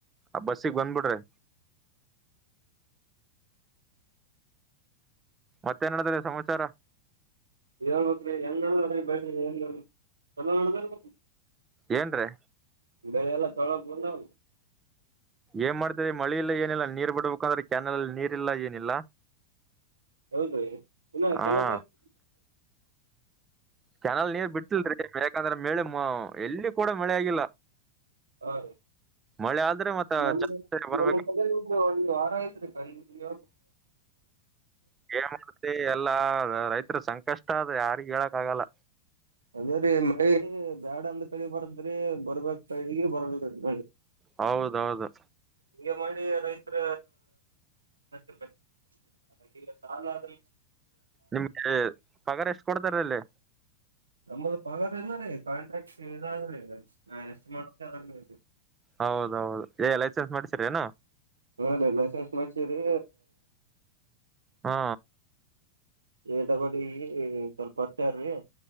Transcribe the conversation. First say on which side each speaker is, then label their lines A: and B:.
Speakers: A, on the right; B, on the right.
A: ಆ ಬಸ್ಸಕ್ಕೆ ಬಂದ ಬಿಡ್ರಿ ಮತ್ತೆನಡದ್ರ ಸಮಾಚಾರ
B: ಹೇಳಬೇಕ ರೀ ಹೆಂಗ <unintelligible> ಚೊಲೋ ನಡತಾರಿ
A: ಏನ್ ರಿ
B: ಬೆ ಎಲ್ಲ ತಳ ಬಂದವ
A: ಏನ್ ಮಾಡ್ತರಿ ಮಳಿ ಇಲ್ಲ ಏನಿಲ್ಲ ನೀರ್ ಬಿಡ್ಬೇಕಂದ್ರೆ ಕ್ಯಾನಲ್ ಅಲ್ಲಿ ನೀರ ಇಲ್ಲ ಏನಿಲ್ಲ.
B: ಹೌದ ರೀ ಇನ್ನ
A: ಹಾ
B: ಚಾನಲ್ನಗ್
A: ಕೆನಲ್ ನೀರ್ ಬಿಟ್ಟಲ್ರಿ ಬೇಕಂದ್ರ ಮೇಳ ಎಲ್ಲಿ ಕೂಡ ಮಳೆ ಆಗಿಲ್ಲ
B: ಹಾ
A: ಮಳೆ ಆದ್ರೆ ಮತ್ತ
B: ನಮ್ಮ
A: ಜನ ಬರ್ಬೇಕ
B: ನಮ್ಮ ಕಲ ಒಂದ್ ವಾರ ಆಯ್ತ್ರಿ ಬಂದ್
A: ಏನ್ ಮಾಡ್ತಿ ಎಲ್ಲಾ ರೈತರು ಸಂಕಷ್ಟ ಅ ಯಾರಿಗ ಹೇಳಕ್ ಆಗಲ್ಲ
B: ಅದೇ ರೀ ಮಳಿ ಬ್ಯಾಡಂದ್ ಕಡೆ ಬರದ್ರಿ ಬರ್ಬೇಕಕ್ ಕಡೆಗ ಬರಲ್ ರಿ ಮಳೆ
A: ಹೌದೌಹೌದು
B: ಹೀಗೆ ಮಾಡಿ ರೈತರ <unintelligible> ಈಗ <unintelligible> ಆದ್ರ
A: ನಿಮ್ಗೆ ಪಗಾರ ಎಷ್ಟು ಕೊಡ್ತಾರಲ್ಲಿ
B: ನಮ್ಮ ಪಗಾರ ಇದ ರೀ ಕಾಂಟ್ರಾಕ್ಷನ ಇದ ರೀ ನಾ ಎಷ್ಟು ಮಾಡ್ತಾ ಅದರ ಮೇಲೆ ಡಿಪೆಂಡ್
A: ಹೌದೌಹೌದು ಏ ಲೈಸೆನ್ಸ್ ಮಾಡಿಸರ ಏನ
B: ಹಾ ರೀ ಲೈಸೆನ್ಸ್ ಮಾಡ್ಸಿದ್ರಿ
A: ಹಾ
B: ಏ ತಗಡಿಗ ಸ್ವಲ್ಪ ಹೊರ್ತಾರಿ <inaudible>